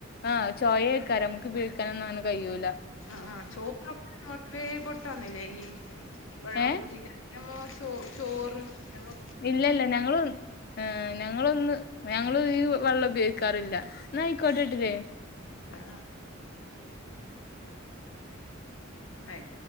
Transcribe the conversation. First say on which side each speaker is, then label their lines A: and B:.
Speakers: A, on the left (about 50°); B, on the left (about 80°).
A: ആഹ് ചോയക്കാെരം നമക്ക് ഉയോഗിക്കാനൊന്നും അങ്ങെനെ കഴൂല്ല
B: ആ ആ് ചോറൊക്ക മത്രേ പൊട്ടന്നില്ലേ ഈ വെള്ളം
A: ഏഹ്
B: കൂട്ടിട്ട് മ്മോചോ ചോറ് നമ്മെ
A: ഇല്ല ഇല്ല ഞങ്ങള് ഞങ്ങളൊന്ന് ഞങ്ങള് ഈ വെള്ളം ഉപയോഗിക്കാറില്ല നാ ആയിക്കോട്ടാ ഇതിൽ
B: ആ ആ ആയി